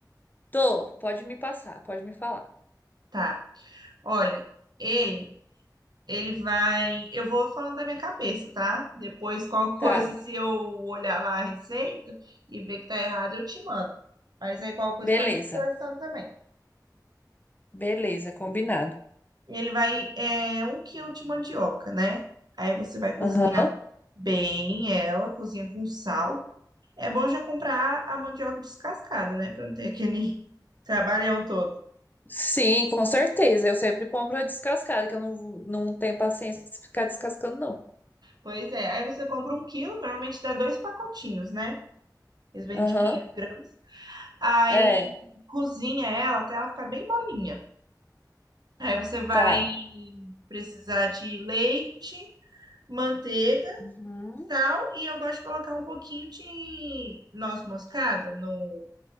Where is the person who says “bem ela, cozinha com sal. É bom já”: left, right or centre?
Right